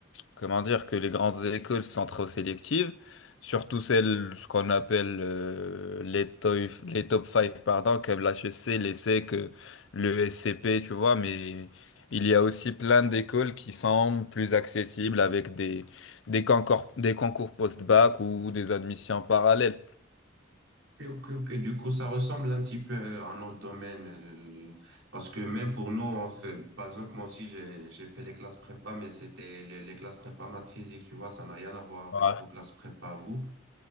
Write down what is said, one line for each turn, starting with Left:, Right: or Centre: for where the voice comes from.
Left: comment dire, que les grandes écoles sont trop sélectives. Surtout celles, ce qu'on appelle euh, les, toy- les top 5, pardon, comme l'HEC, l'ESSEC, euh, le SCP, tu vois, mais il y a aussi plein d'écoles qui sont plus accessibles avec des, des concours, des concours post-bac ou des admissions parallèles.
Right: Ok, ok, ok. Du coup, ça ressemble un petit peu à notre domaine. euh, parce que même pour nous, on fait, par exemple, moi aussi, j'ai, j'ai fait les classes prépa, mais c'était les, les classes prépa maths physique, tu vois, ça n'a rien à voir avec
Left: Ouais.
Right: vos classes prépa à vous.